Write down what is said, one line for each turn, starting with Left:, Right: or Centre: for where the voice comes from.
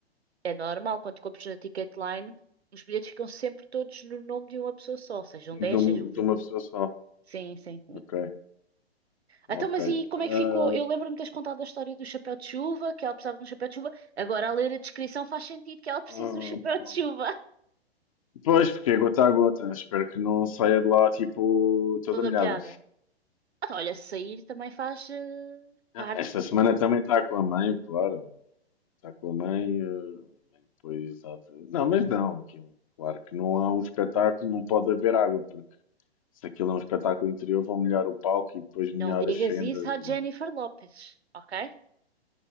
Right: É normal quando compras na Ticketline, os bilhetes ficam sempre todos no nome de uma pessoa só, sejam
Left: de,
Right: 10,
Left: um-
Right: sejam 20.
Left: de uma pessoa só.
Right: Sim, sim, sim.
Left: Ok, ok.
Right: Então, mas e como
Left: Ah,
Right: é que ficou? Eu lembro-me de teres contado a história do chapéu de chuva, que ela precisava de um chapéu de chuva. Agora, a ler a descrição, faz sentido que ela precise
Left: ah,
Right: do chapéu
Left: pá.
Right: de chuva, <laughs>
Left: Pois, porque é gota a gota. Espero que não saia de lá, tipo, toda
Right: toda
Left: molhada.
Right: molhada. Ah, Olha, sair também faz eh,
Left: Ah,
Right: parte
Left: Esta semana
Right: do.
Left: também está com a mãe, claro. Está com a mãe, eh, a mãe depois há de... Não, mas não, aquilo. Claro que não há um espetáculo, não pode haver água, porque se aquilo é um espetáculo interior, vão molhar o palco e depois
Right: Não
Left: molhar
Right: digas
Left: as fendas.
Right: isso à
Left: e-
Right: Jennifer Lopez, ok?